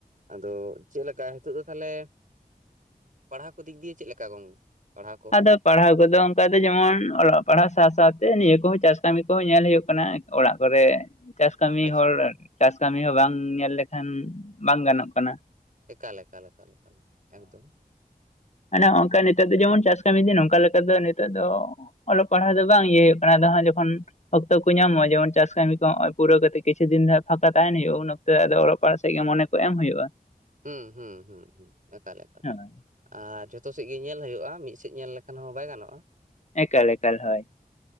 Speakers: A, on the right (about 60°); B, on the left (about 45°).
A: ᱟᱫᱚ ᱪᱮᱜ ᱞᱮᱠᱟ ᱦᱤᱛᱳᱜ ᱫᱚ ᱛᱟᱦᱚᱞᱮ ᱯᱟᱲᱦᱟᱣ ᱠᱚ ᱫᱤᱠ ᱫᱤᱭᱮ ᱪᱮᱜ ᱞᱮᱠᱟ ᱜᱚᱝ ᱯᱟᱲᱦᱟᱣ ᱠᱚ?
B: ᱟᱫᱚ ᱯᱟᱲᱦᱟᱣ ᱠᱚᱫᱚ ᱚᱱᱠᱟ ᱫᱚ ᱡᱮᱢᱚᱱ ᱚᱞᱚᱜ ᱯᱟᱲᱦᱟᱣ ᱥᱟᱶᱼᱥᱟᱶᱛᱮ ᱱᱤᱭᱟᱹ ᱠᱚᱦᱚᱸ ᱪᱟᱥ ᱠᱟᱹᱢᱤ ᱠᱚᱦᱚᱸ ᱧᱮᱞ ᱦᱩᱭᱩᱜ ᱠᱟᱱᱟ᱾ ᱚᱲᱟᱜ ᱠᱚᱨᱮ ᱪᱟᱥ ᱠᱟᱹᱢᱤ
A: ᱟᱪᱪᱷᱟ
B: ᱦᱚᱲ ᱪᱟᱥ ᱠᱟᱹᱢᱤ ᱦᱚᱸ ᱵᱟᱝ ᱧᱮᱞ ᱞᱮᱠᱷᱟᱱ ᱵᱟᱝ ᱜᱟᱱᱚᱜ ᱠᱟᱱᱟ᱾
A: ᱮᱠᱟᱞ ᱮᱠᱟᱞ ᱮᱠᱟᱞ ᱮᱠᱟᱞ ᱮᱠᱫᱚᱢ᱾
B: ᱟᱱᱮ ᱚᱝᱠᱟ ᱱᱤᱛᱚᱜ ᱫᱚ ᱡᱮᱢᱚᱱ ᱪᱟᱥ ᱠᱟᱹᱢᱤ ᱫᱤᱱ ᱱᱚᱱᱠᱟ ᱞᱮᱠᱟ ᱫᱚ ᱱᱤᱛᱚᱜ ᱫᱚ ᱚᱞᱚᱜ ᱯᱟᱲᱦᱟᱜ ᱫᱚ ᱵᱟᱝ ᱤᱭᱟᱹ ᱦᱩᱭᱩᱜ ᱠᱟᱱᱟ ᱟᱫᱚ ᱦᱟᱸᱜ ᱡᱚᱠᱷᱚᱱ ᱚᱠᱛᱚ ᱠᱚ ᱧᱟᱢᱚᱜᱼᱟ ᱡᱮᱢᱚᱱ ᱪᱟᱥ ᱠᱟᱹᱢᱤ ᱠᱚᱜ ᱦᱚᱸᱜᱼᱚᱭ ᱯᱩᱨᱟᱹ ᱠᱟᱛᱮᱜ ᱠᱤᱪᱷᱩ ᱫᱤᱱ ᱡᱟᱦᱟᱸ ᱯᱷᱟᱠᱟ ᱛᱟᱦᱮᱸᱱ ᱦᱩᱭᱩᱜᱼᱟ᱾ᱩᱱ ᱚᱠ ᱛᱮ ᱟᱫᱚ ᱚᱞᱚᱜ ᱯᱟᱲᱦᱟᱜ ᱥᱮᱫ ᱜᱮ ᱢᱚᱱᱮ ᱠᱚ ᱮᱢ ᱦᱩᱭᱩᱜᱼᱟ ᱾
A: ᱦᱩᱸ ᱦᱩᱸ ᱦᱩᱸ ᱦᱩᱸ ᱮᱠᱟᱞ ᱮᱠᱟᱞ
B: ᱦᱳᱭ
A: ᱾ ᱟᱨ ᱡᱚᱛᱚ ᱥᱮᱫ ᱜᱮ ᱧᱮᱞ ᱦᱩᱭᱩᱜᱼᱟ, ᱢᱤᱫ ᱥᱮᱫ ᱧᱮᱞ ᱞᱮᱠᱷᱟᱱ ᱦᱚᱸ ᱵᱟᱭ ᱜᱟᱱᱚᱜᱼᱟ ᱾
B: ᱮᱠᱟᱞ ᱮᱠᱟᱞ ᱦᱳᱭ ᱾